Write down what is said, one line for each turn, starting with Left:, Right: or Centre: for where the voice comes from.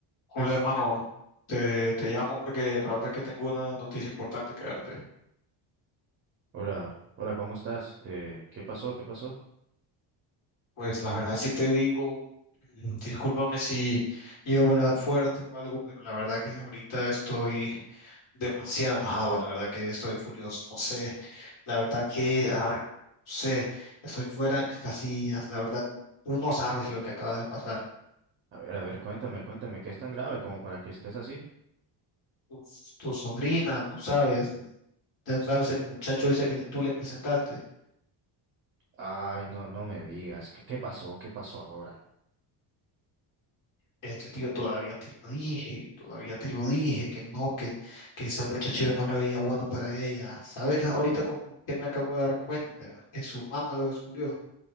Left: Hola hermano, te, te llamo porque la verdad que tengo una noticia importante que darte.
Right: Hola, hola, ¿cómo estás? Eh, ¿qué pasó? ¿Qué pasó?
Left: Pues la verdad si te digo, mm, discúlpame si llevo a hablar fuerte o algo, pero la verdad que ahorita estoy demasiado enojado, la verdad que estoy furioso, no sé, la verdad que, ah, no sé, estoy fuera de mis casillas, la verdad, tú no sabes lo que acaba de pasar.
Right: A ver, a ver, cuéntame, cuéntame, ¿qué es tan grave como para que estés así?
Left: Tu, tu sobrina, tú sabes, tú sabes el muchacho ese que le- tú le presentaste.
Right: Ay, no, no me digas, ¿qué, qué pasó? ¿Qué pasó ahora?
Left: Es que, tío, todavía te lo dije, todavía te lo dije, que no, que, que ese muchacho yo no le veía bueno para ella. ¿Sabes ahorita con qué me acabo de dar cuenta? Que su mamá lo descubrió.